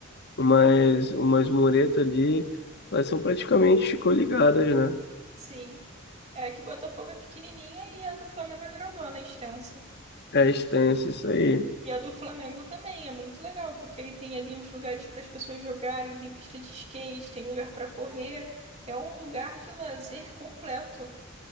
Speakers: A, on the left; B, on the right.
A: umas, umas muretas ali, elas são praticamente coligadas, né?
B: Sim, é que Botafogo é pequenininha e a do Flamengo é grandona, é extensa.
A: É extenso isso aí.
B: E a do Flamengo também é muito legal, porque aí tem ali os lugares para as pessoas jogarem, tem pista de skate, tem lugar para correr. É um lugar de lazer completo.